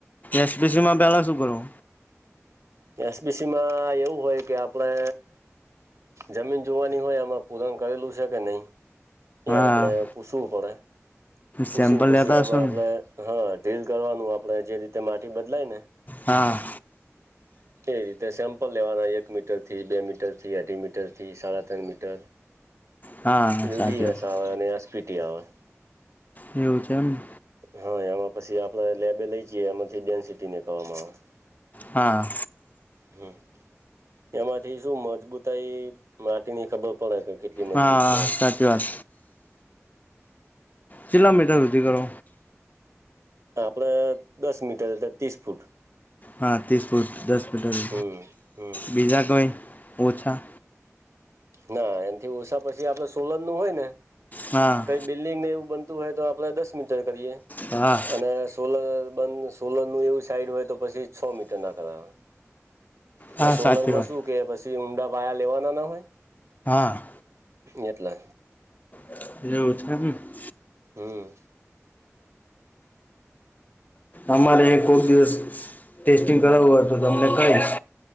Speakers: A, on the left; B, on the right.
A: એસપીસી માં પેલા શું કરવાનુ
B: એસબીસી માં એવું હોય, કે આપડે જમીન જોવાની હોય, એમાં પૂરણ કરેલું છે, કે નહી એ
A: હા
B: આપણે પૂસવું પડે પૂસીને
A: સેમ્પલ
B: પછી
A: લેતા
B: એમા
A: હશો
B: આપણે
A: ને
B: હા ડ્રીલ કરવાનું આપણેે જે રીતે માટી બદલાય ને
A: હા
B: એ રીતે સેમ્પલ લેવાના એક મીટરથી બે મીટરથી અઢી મીટરથી સાડા ત્રણ મીટર
A: હા
B: યુડી
A: સાચી વાત
B: એસ આવે અને એસપીટી આવે
A: એવું છે, એમ
B: હા એમાં પછી આપડે લેબે લઈ જઈએ, એમાંથી ડેન્સિટી નીકળવામા આવે
A: હા
B: હમ્મ તેમાંથી શું મજબૂતાઈ માટીની ખબર પડે કે મજબૂત
A: હા
B: છે એમ.
A: સાચી વાત ચિલ્લા મીટર સુધી કરો
B: આપડે દસ મીટર એટલે ત્રીસ ફૂટ
A: હા ત્રીસ ફૂટ દસ મીટર
B: હમ હમ
A: બીજા કોઈ ઓછા.
B: ના એનથી ઓછા પછી આપડે સોલરનુ હોય, ને
A: હા
B: કંઈ બિલ્ડિંગને એવું બનતું હોય, તો આપણે દસ મીટર કરીએ
A: હા
B: અને સોલર બંધ સોલરનુ એવુંસાઈડ હોય, તો પછી છ, મીટર નાખવા આવેય ના
A: હા
B: સોલર
A: સાચી
B: માં
A: વાત
B: શું કે પછી ઊંડા પાયા લેવાના ના હોય.
A: હા
B: એટલે
A: <unintelligible>
B: હમ્મ
A: અમારે કોક દિવસ ટેસ્ટિંગ કરાવવું હોય તો તમને કહીશ